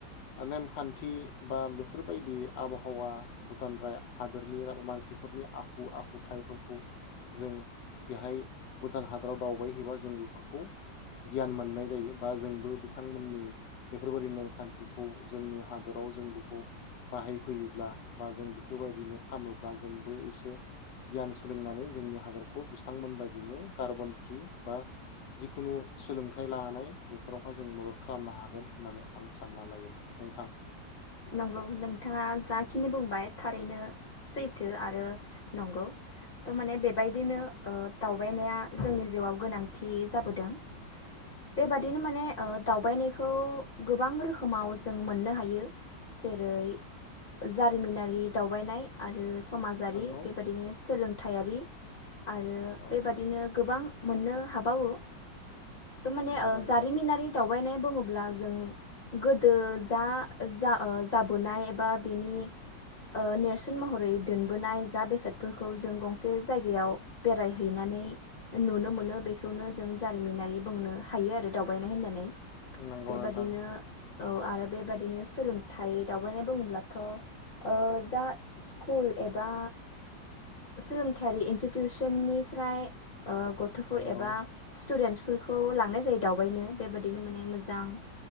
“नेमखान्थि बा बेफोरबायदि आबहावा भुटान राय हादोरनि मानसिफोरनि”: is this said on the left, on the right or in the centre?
Left